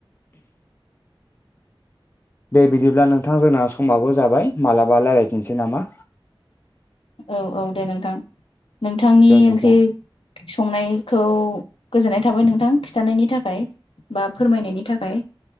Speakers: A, on the left; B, on the left.
A: दे बिदिब्ला नोंथां जोंना समाबबो जाबाय मालाबा रायजलायफिनसै नामा
B: औ औ दे नोंथां नोंथांनि
A: दे नोंथां
B: ओंख्रि संनायखौ गोजोननाय थाबाय नोंथां खिथानायनि थाखाय बा फोरमायनायनि थाखाय